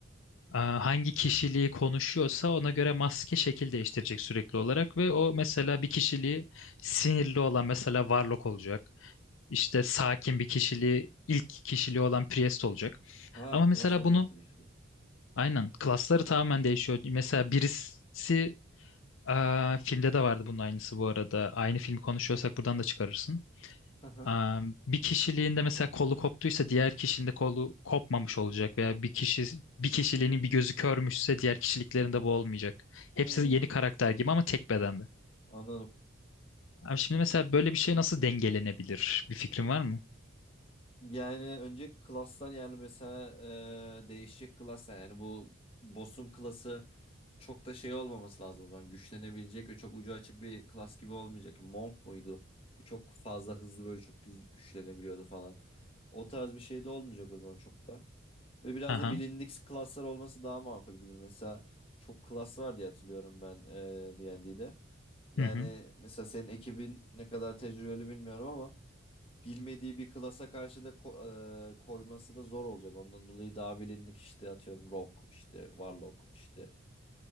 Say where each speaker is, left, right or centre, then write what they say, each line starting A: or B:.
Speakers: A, on the left; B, on the left.
A: Aa, hangi kişiliği konuşuyorsa ona göre maske şekil değiştirecek sürekli olarak ve o mesela bir kişiliği sinirli olan mesela Warlock olacak. İşte sakin bir kişiliği ilk kişiliği olan Priest olacak.
B: Ha
A: Ama
B: klas
A: mesela
B: olarak
A: bunu
B: da değişiyor.
A: aynen klasları tamamen değişiyor. Mesela birisi Aa, filmde de vardı bunun aynısı bu arada. Aynı filmi konuşuyorsak buradan da çıkarırsın.
B: Aha.
A: Aa, bir kişiliğinde mesela kolu koptuysa diğer kişinin de kolu kopmamış olacak veya bir kişi bir kişiliğinin bir gözü körmüşse diğer kişiliklerinde bu olmayacak. Hepsi
B: Hmm,
A: yeni karakter gibi ama tek bedende.
B: anladım.
A: Abi şimdi mesela böyle bir şey nasıl dengelenebilir? Bir fikrin var mı?
B: Yani önce klaslar yani mesela e, değişecek klaslar yani bu boss'un klası çok da şey olmaması lazım o zaman. Güçlenebilecek ve çok ucu açık bir klas gibi olmayacak. Monk muydu? Bu çok fazla hızlı böyle çok güz- güçlenebiliyordu falan. O tarz bir şey de olmayacak o zaman çok da. Ve biraz
A: Aha.
B: da bilindik klaslar olması daha makul gibi. Mesela çok klas var diye hatırlıyorum ben eee D&D'de. Yani
A: Hı hı.
B: mesela senin ekibin ne kadar tecrübeli bilmiyorum ama bilmediği bir klasa karşı da ko- eee, koyması da zor olacak. Ondan dolayı daha bilindik işte atıyorum Rock, işte Warlock, işte